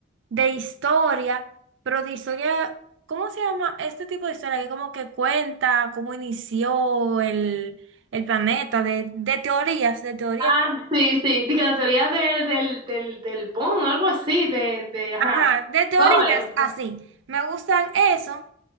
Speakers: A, on the right; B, on the right.
A: de historia, pero de historia, ¿cómo se llama este tipo de historia? Que como que cuenta cómo inició el, el planeta, de, de teorías, de teorías,
B: Ah, sí, sí, de que la teoría del, del, del, del Bond, algo así, de, de, ajá,
A: ajá, de teorías
B: todo eso.
A: así. Me gustan eso.